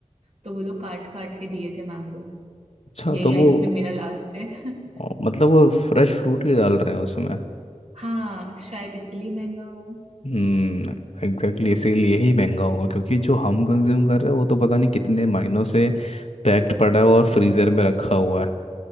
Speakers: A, on the right; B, on the left.
A: तो वो लोग काट काट के दिए थे मैंगो
B: अच्छा
A: यही
B: तो
A: आइसक्रीम
B: वो
A: मेरा लास्ट है <laughs>
B: ओ, मतलब वो फ्रेश फ्रूट ही डाल रहे हैं उसमें
A: हाँ शायद इसलिए महंगा हो
B: हम्म एग्जैक्टली इसीलिए ही महंगा होगा क्योंकि जो हम कंज्यूम कर रहे हैं वो तो पता नहीं कितने महीनों से पैक्ड पड़ा है और फ्रीजर में रखा हुआ है